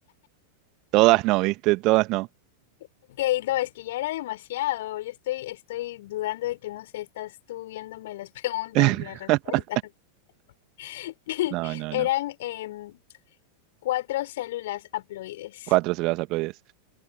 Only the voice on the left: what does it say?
Ok, no, es que ya era demasiado. Yo estoy, estoy dudando de que, no sé, estás tú viéndome las <laughs> preguntas,
las respuestas. <laughs>
Eran
em, cuatro células haploides.